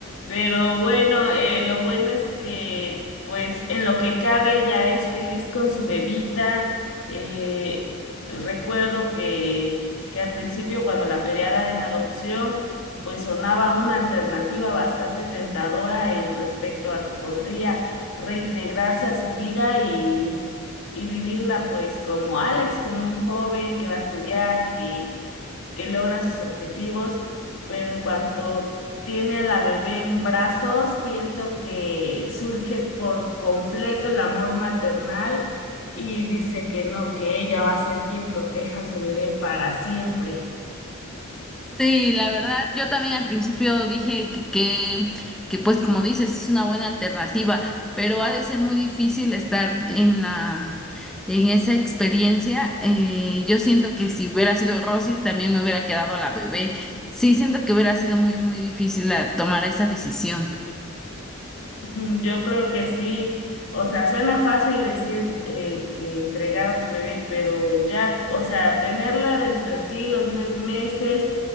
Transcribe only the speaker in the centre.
Sí, la verdad, yo también al principio dije que, que, que, pues como dices, es una buena alternativa, pero ha de ser muy difícil estar en la, en esa experiencia. Eh, yo siento que si hubiera sido Rosy, también me hubiera quedado la bebé. Sí, siento que hubiera sido muy, muy difícil ah, tomar esa decisión.